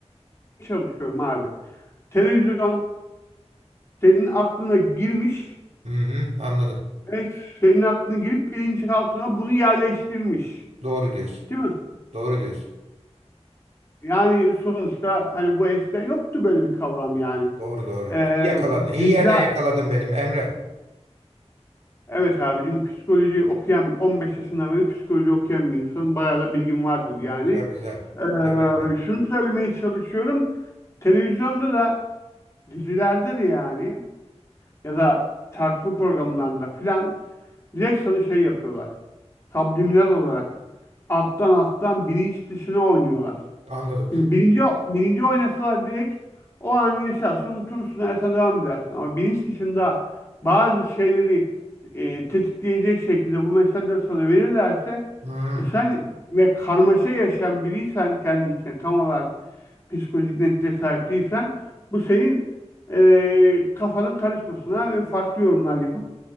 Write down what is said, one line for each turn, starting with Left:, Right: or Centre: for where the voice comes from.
Left: çalışıyorum abi. Televizyon senin aklına girmiş
Right: Hı hı, anladım.
Left: ve senin aklına girip bilinçaltına bunu yerleştirmiş.
Right: Doğru diyorsun.
Left: Değil mi?
Right: Doğru diyorsun.
Left: Yani sonuçta hani bu eskiden yoktu böyle bir kavram yani.
Right: Doğru doğru.
Left: Ee,
Right: İyi yakaladın. İyi
Left: Dicle,
Right: yerden yakaladın benim Emre.
Left: evet abi çünkü psikoloji okuyan 15 yaşından beri psikoloji okuyan bir insanın bayağı da bilgim vardır yani.
Right: Güzel güzel.
Left: Ee,
Right: Tebrikler.
Left: şunu söylemeye çalışıyorum. Televizyonda da dizilerde de yani ya da tartışma programlarında filan direkt sana şey yapıyorlar. Subliminal olarak. Alttan alttan bilinç dışına oynuyorlar.
Right: Anladım.
Left: Çünkü bilinci, bilinci oynasalar direkt o an yaşarsın, unutursun, hayata devam edersin. Ama bilinç dışında bazı şeyleri e, tetikleyecek şekilde bu mesajları sana verirlerse
Right: Hmm.
Left: e, sen ve karmaşa yaşayan biriysen kendi içine tam olarak psikolojik netliğe sahip değilsen bu senin e, kafanın karışmasına ve farklı yorumlar yapıp